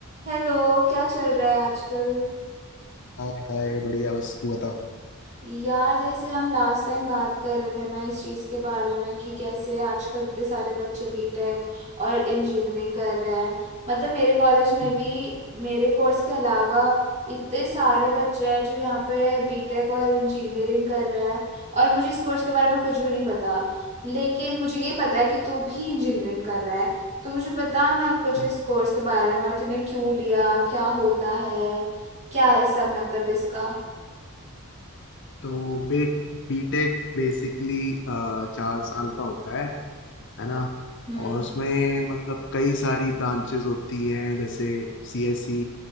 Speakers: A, on the right (about 30°); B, on the left (about 55°).
A: Hello क्या चल रहा है आजकल
B: हाय हाय बढ़िया बस तू बता
A: यार जैसे हम लास्ट टाइम बात कर रहे थे ना इस चीज के बारे में कि कैसे आजकल इतने सारे बच्चे बीटेक और इंजीनियरिंग कर रहे हैं मतलब मेरे कॉलेज में
B: हम्म,
A: भी मेरे कोर्स के अलावा इतने सारे बच्चे हैं जो यहाँ पे बीटेक और इंजीनियरिंग कर रहे हैं और मुझे इस कोर्स के बारे में कुछ भी नहीं पता लेकिन मुझे ये पता है कि तू भी इंजीनियरिंग कर रहा है तो मुझे बता ना कुछ
B: हम्म।
A: इस कोर्स के बारे में और तूने क्यों लिया क्या होता है क्या है सब मतलब इसका
B: तो बे बीटेक बेसिकली चार साल का होता है है ना
A: हम्म
B: और उसमें मतलब कई सारी ब्रांचेस होती हैं जैसे CSC